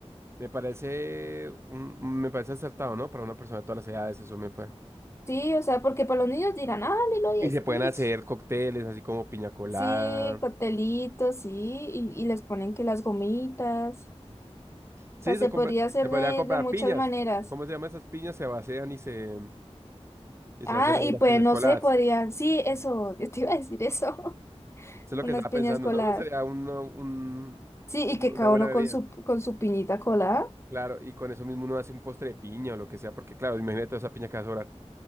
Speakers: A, on the right; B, on the left.
A: Me parece un- me parece acertado, ¿no? Para una persona de todas las edades, eso me parece.
B: Sí, o sea, porque para los niños dirán, ah, Lilo y
A: Y se
B: Stitch.
A: pueden hacer cócteles así como piña colada.
B: Sí, coctelitos, sí, y, y les ponen que las gomitas.
A: Sí,
B: O sea,
A: se
B: se
A: compra,
B: podría hacer
A: se podría
B: de,
A: comprar
B: de muchas
A: piñas.
B: maneras.
A: ¿Cómo se llama esas piñas? Se vacían y se, y
B: Ah,
A: se hacen ahí
B: y
A: las
B: pues
A: piñas
B: no
A: coladas.
B: sé, podrían, sí, eso, <laughs> yo te iba a decir eso, <laughs>
A: Eso es lo
B: unas
A: que estaba
B: piñas
A: pensando,
B: coladas.
A: ¿no? Sería uno- un,
B: Sí,
A: una
B: y que cada
A: buena
B: uno
A: bebida.
B: con su, con su piñita colada.
A: Claro, y con eso mismo uno hace un postre de piña o lo que sea, porque claro, imagínate toda esa piña que va a sobrar.